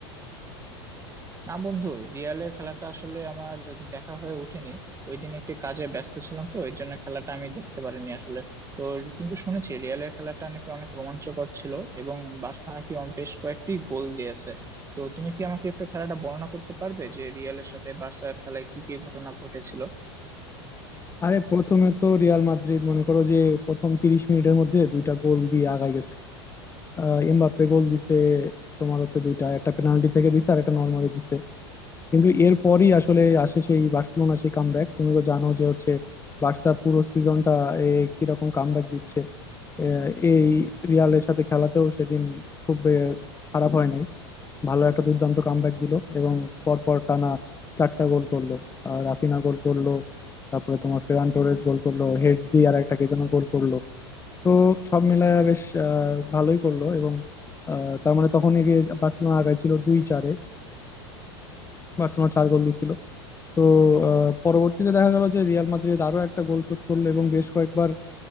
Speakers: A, on the right; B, on the left.
A: না বন্ধু রিয়ালের খেলাটা আসলে আমার দেখা হয়ে ওঠেনি ওই দিন একটি কাজে ব্যস্ত ছিলাম তো এর জন্য খেলাটা আমি দেখতে পারিনি আসলে তো কিন্তু শুনেছি রিয়ালের খেলাটা নাকি অনেক রোমাঞ্চকর ছিল এবং বার্সা নাকি অন- বেশ কয়েকটি গোল দিয়েছে তো তুমি কি আমাকে একটু খেলাটা বর্ণনা করতে পারবে যে রিয়ালের সাথে বার্সার খেলায় কি কি ঘটনা ঘটেছিল
B: আরে প্রথমে তো রিয়াল মাদ্রিদ মনে করো যে প্রথম তিরিশ মিনিটের মধ্যে দুইটা গোল দিয়ে আগায় গেছে আহ, এমবাপ্পে গোল দিছে তোমার হচ্ছে দুইটা একটা পেনাল্টি থেকে দিছে আর একটা নর্মালি দিছে কিন্তু এরপরই আসলে আসে সেই বার্সেলোনা সেই কামব্যাক তুমি তো জানো যে হচ্ছে বার্সা পুরো সিজনটা কিরকম কামব্যাক দিচ্ছে আহ, এই রিয়ালের সাথে খেলাতেও সেদিন খুব আহ, খারাপ হয় নাই ভালো একটা দুর্দান্ত কামব্যাক দিল এবং পরপর টানা চারটা গোল করলো আর রাফিনা গোল করলো তারপরে তোমার ফেরান টোরেস গোল করলো হেড দিয়ে আর একটা কে যেন গোল করলো তো সব মিলায় বেশ আহ, ভালোই করলো এবং আহ, তার মানে তখন এগিয়ে বার্সেলোনা আগায় ছিল দুই চারে বার্সেলোনা চার গোল দিছিল তো আহ, পরবর্তীতে দেখা গেল যে রিয়াল মাদ্রিদ আরো একটা গোল শোধ করলো এবং বেশ কয়েকবার